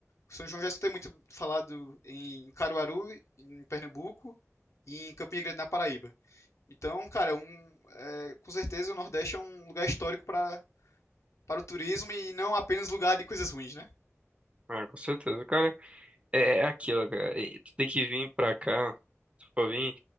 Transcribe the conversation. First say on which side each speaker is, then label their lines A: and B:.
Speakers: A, on the left (about 70°); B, on the right (about 25°).
A: O São João já escutei muito falado em Caruaru, em Pernambuco, e em Campina Grande, na Paraíba. Então, cara, é um, é, com certeza o Nordeste é um lugar histórico para, para o turismo e não apenas lugar de coisas ruins, né?
B: Ah, com certeza, cara. É, é aquilo, cara. E tu tem que vir pra cá. Se tu for vir,